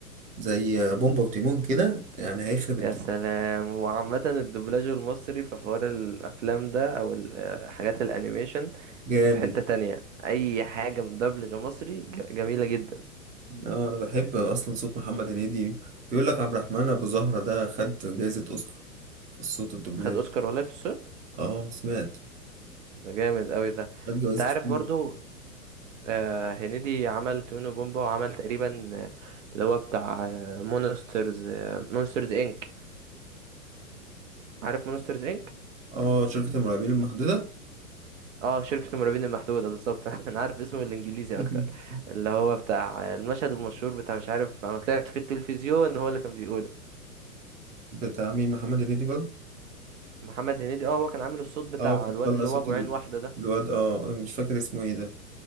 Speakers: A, on the right (about 15°); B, on the right (about 55°).
A: زي بومبا وتيمون كده يعني هيخرب الدنيا
B: يا سلام وعامة الدبلاج المصري في حوار الافلام ده او ال- آه، حاجات الانيميشن
A: جامد
B: في حتة تانية اي حاجة مدبلجة مصري ج- جميلة جدا
A: اه انا بحب اصلا صوت محمد هنيدي بيقول لك عبد الرحمن ابو زهرة ده خد جايزة اوسكار في الصوت الدوبلاج
B: خد اوسكار والله في الصوت
A: اه سمعت
B: ده جامد قوي ده
A: خد جوايز
B: انت عارف
A: كتير
B: برضو آه، هنيدي عمل تونو بومبا وعمل تقريبا آه، اللي هو بتاع مونسترز مونسترز انك عارف مونسترز انك
A: اه شركة المرعبين المحدودة
B: اه شركة المرعبين المحدودة بالظبط <laughs> انا عارف اسمه الانجليزي
A: <laughs>
B: اكتر اللي هو بتاع المشهد المشهور بتاع مش عارف انا طلعت في التلفزيون هو اللي كان بيقوله
A: بتاع مين محمد هنيدي برضه
B: محمد هنيدي اه هو كان عامل الصوت بتاع
A: اه كان
B: الواد
A: طلع
B: اللي
A: صوت
B: هو ابو
A: ال-
B: عين واحدة ده
A: الواد اه مش فاكر اسمه ايه ده